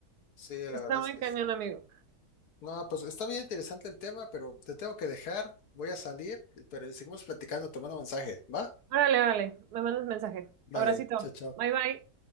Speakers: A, on the left; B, on the right.
A: sí, la
B: Está
A: verdad es
B: muy
A: que
B: cañón,
A: sí.
B: amigo.
A: No, pues está bien interesante el tema, pero te tengo que dejar, voy a salir, pero seguimos platicando, te mando mensaje, ¿va?
B: Órale, órale, me mandas mensaje.
A: Vale,
B: Abracito.
A: chao, chao.
B: Bye bye.